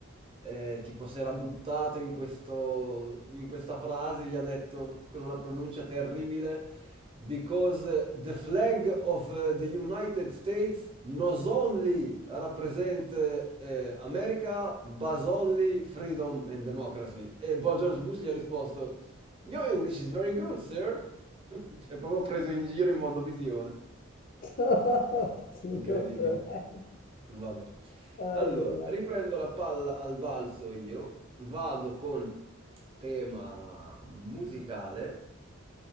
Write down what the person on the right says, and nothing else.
eh, tipo si era buttato in questo- in questa frase, gli ha detto con una pronuncia terribile, because uh, the flag of uh, the United States not only represent uh, uh, America, but only freedom and democracy. E Bob George Bush gli ha risposto, Your English is very good, sir. <laughs> cioè, proprio preso in giro in mondovisione.
Incredibile.
Vabbè.
Allora,
riprendo la palla al balzo io, vado con tema musicale